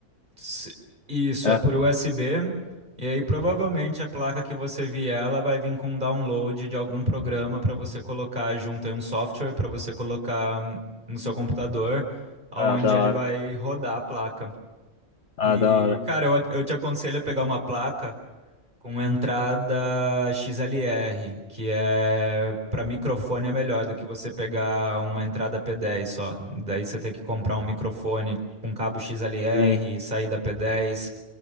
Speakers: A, on the right (about 35°); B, on the left (about 60°).
A: Se- Isso,
B: É.
A: é por USB, e aí provavelmente a placa que você vier, ela vai vir com download de algum programa para você colocar junto aí um software para você colocar hum, no seu computador, aonde
B: Ah, da
A: ele
B: hora.
A: vai rodar a placa.
B: Ah,
A: E,
B: da hora.
A: cara, eu, eu te aconselho a pegar uma placa. Com entrada XLR, que é para microfone é melhor do que você pegar uma entrada P10 só. Daí você tem que comprar um microfone com cabo XLR,
B: Sim.
A: saída P10.